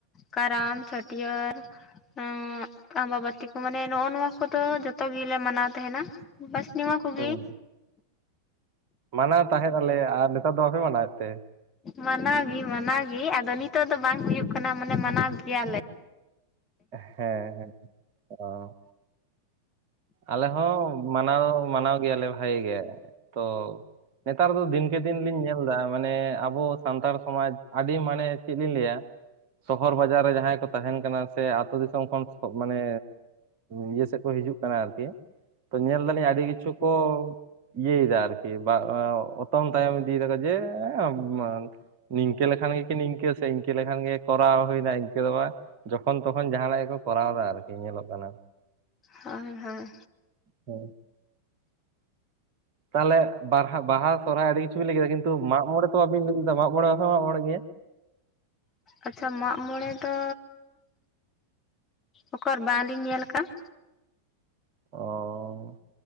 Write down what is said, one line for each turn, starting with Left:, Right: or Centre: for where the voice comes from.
Left: ᱠᱟᱨᱟᱢ, ᱪᱷᱟᱹᱴᱭᱟᱹᱨ ᱾ ᱚᱸᱻ ᱟᱢᱵᱟᱵᱟᱹᱛᱤ ᱠᱚ ᱢᱟᱱᱮ ᱱᱚ-ᱚ ᱱᱚᱣᱟ ᱠᱚᱫᱚ ᱡᱚᱛᱚ ᱜᱮᱞᱮ ᱢᱟᱱᱟᱣ ᱛᱟᱦᱮᱱᱟ ᱵᱟᱥ ᱱᱤᱢ ᱩᱜᱤ
Right: ᱦᱩᱸ ᱢᱟᱱᱟᱣ ᱛᱟᱦᱮᱸ ᱟᱞᱮ ᱟᱨ ᱱᱮᱛᱟᱨ ᱫᱚ ᱵᱟᱯᱮ ᱢᱟᱱᱟᱣᱮᱫ ᱛᱮ?
Left: ᱢᱟᱱᱟᱣ ᱜᱮ ᱢᱟᱱᱟᱣ ᱜᱮ ᱟᱫᱚ ᱱᱤᱛᱚ ᱜᱫᱚ ᱵᱟᱝ ᱦᱩᱭᱩᱜ ᱠᱟᱱᱟ ᱢᱟᱱᱮ ᱢᱟᱱᱟᱣ ᱜᱮᱭᱟᱞᱮ ᱾
Right: ᱦᱮᱸ- ᱦᱮᱸ ᱨᱟᱢ ᱟᱞᱮ ᱦᱚᱸ ᱢᱟᱱᱟᱣ ᱢᱟᱱᱟᱣ ᱜᱮᱭᱟᱞᱮ ᱵᱷᱟᱜᱮ ᱜᱮ ᱛᱚ--᱾ ᱱᱮᱛᱟᱨ ᱫᱚ ᱫᱤᱱᱠᱮ ᱫᱤᱱ ᱞᱤᱧ ᱧᱮᱞ ᱮᱫᱟ ᱢᱟᱱᱮ ᱟᱵᱚ ᱥᱟᱱᱛᱟᱲ ᱥᱚᱢᱟᱡᱽ ᱟᱹᱰᱤ ᱢᱟᱱᱮ ᱪᱮᱫ ᱞᱤᱧ ᱞᱟᱹᱭᱟ ᱥᱚᱦᱚᱨ ᱵᱟᱡᱟᱨ ᱨᱮ ᱡᱟᱦᱟᱸᱭ ᱠᱚ ᱛᱟᱦᱮᱱ ᱠᱟᱱᱟ ᱥᱮ ᱟᱛᱳ ᱫᱤᱥᱚᱢ ᱠᱷᱚᱱ ᱠᱷᱚᱡ ᱢᱟᱱᱮ ᱱᱤᱡᱮ ᱛᱮᱠᱚ ᱦᱤᱡᱩᱜ ᱠᱟᱱᱟ ᱟᱨᱠᱤ ᱛᱚ ᱧᱮᱞ ᱫᱟᱞᱤᱧ ᱟᱹᱰᱤ ᱠᱤᱪᱷᱩ ᱠᱚ ᱤᱭᱟᱹᱭ ᱫᱟ ᱟᱨᱠᱤ ᱵᱟ ᱚᱛᱚᱝ ᱛᱟᱭᱚᱢ ᱤᱫᱤ ᱫᱟᱠᱚ ᱡᱮᱼᱮᱸ ᱵᱟᱝ ᱱᱤᱝᱠᱟᱹ ᱞᱮᱠᱷᱟᱱ ᱜᱮ ᱠᱤ ᱱᱤᱝᱠᱟᱹ ᱥᱮ ᱤᱱᱠᱟᱹ ᱞᱮᱠᱷᱟᱱ ᱜᱮ ᱠᱚᱨᱟᱣ ᱦᱩᱭᱱᱟ ᱤᱱᱠᱟᱹ ᱫᱚᱵᱟ᱾ ᱡᱚᱠᱷᱚᱱ ᱛᱚᱠᱷᱚᱱ ᱡᱟᱦᱟᱱᱟᱜ ᱜᱮᱠᱚ ᱠᱚᱨᱟᱣ ᱫᱟ ᱟᱨᱠᱤ ᱧᱮᱞᱚᱜ ᱠᱟᱱᱟ᱾
Left: ᱦᱳᱭ ᱦᱳᱭ᱾
Right: ᱦᱮᱸ ᱛᱟᱦᱚᱞᱮ ᱵᱟᱨᱦᱟ ᱵᱟᱦᱟ, ᱥᱚᱨᱚᱦᱟᱭ ᱟᱹᱰᱤ ᱠᱤᱪᱷᱩ ᱵᱤᱱ ᱞᱟᱹᱭ ᱠᱮᱫᱟ᱾ ᱠᱤᱱᱛᱩ ᱢᱟᱜ ᱢᱚᱬᱮ ᱛᱚ ᱵᱟᱵᱤᱱ ᱞᱟᱹᱭ ᱞᱮᱫᱟ᱾ ᱢᱟᱜ ᱢᱚᱬᱮ ᱦᱚᱸ ᱵᱟᱯᱮ ᱢᱟᱜᱽ ᱢᱚᱬᱮ ᱜᱮᱭᱟ?
Left: ᱟᱪᱪᱷᱟ ᱢᱟᱜ ᱢᱚᱬᱮ ᱫᱚ ᱚᱠᱚᱨ ᱵᱟᱝᱞᱤᱧ ᱧᱮᱞ ᱠᱟᱜᱼᱟ?
Right: ᱚᱸᱻ